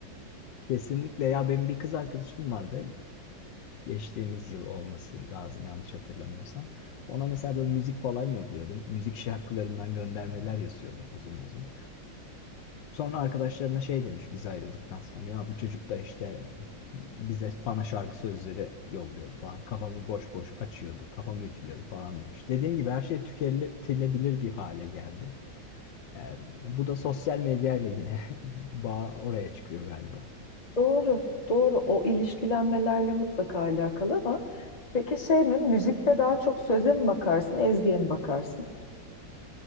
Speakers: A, on the left (about 75°); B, on the left (about 25°).
A: Kesinlikle ya benim bir kız arkadaşım vardı geçtiğimiz yıl olması lazım yanlış hatırlamıyorsam. Ona mesela böyle müzik falan yolluyordum. Müzik şarkılarından göndermeler yazıyordum uzun uzun. Sonra arkadaşlarına şey demiş biz ayrıldıktan sonra ya bu çocuk da işte bize bana şarkı sözleri yolluyordu falan. Kafamı boş boş açıyordu, kafamı ütülüyordu falan demiş. Dediğin gibi her şey tüketilebilir bir hale geldi. Ee, bu da sosyal medyayla yine <laughs> bağ oraya çıkıyor galiba.
B: Doğru, doğru. O ilişkilenmelerle mutlaka alakalı ama Peki şey mi? Müzikte daha çok söze mi bakarsın, ezgiye mi bakarsın?